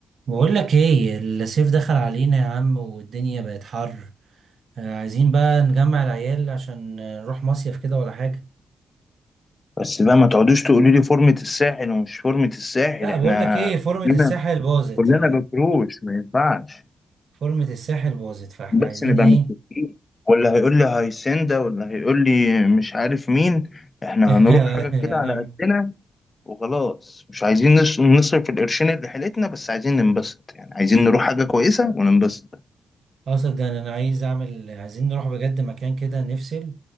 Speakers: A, on the right; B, on the left.
A: بقول لك ايه الصيف دخل علينا يا عم والدنيا بقت حر آه، عايزين بقى نجمع العيال عشان آه، نروح مصيف كده ولا حاجة
B: بس بقى ما تقعدوش تقولوا لي فورمة الساحل ومش فورمة الساحل
A: لا
B: احنا
A: بقول لك ايه فورمة
B: كلنا
A: الساحل باظت
B: كلنا
A: ف
B: بكروش ما ينفعش
A: فورمة الساحل باظت فاحنا
B: بس
A: عايزين
B: نبقى
A: ايه
B: متفقين ولا هيقول لي هيسندا ولا هيقول لي مش عارف مين احنا
A: <laughs>
B: هنروح حاجة كده
A: يعني
B: على
A: نعمل
B: قدنا وخلاص مش عايزين نص- نصرف القرشين اللي حيلتنا بس عايزين ننبسط يعني عايزين نروح حاجة كويسة وننبسط
A: اقصد ده انا أنا عايز اعمل عايزين نروح بجد مكان كده نفصل